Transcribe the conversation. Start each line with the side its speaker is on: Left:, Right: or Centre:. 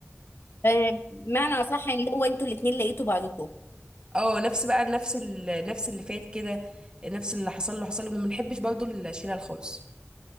Left: آه، بمعنى أصح يعني هو انتوا الاتنين لقيتوا بعضكم
Right: اه نفس بقى نفس ال... نفس اللي فات كده نفس اللي حصل له حصل له وما بنحبش برضه الشلل خالص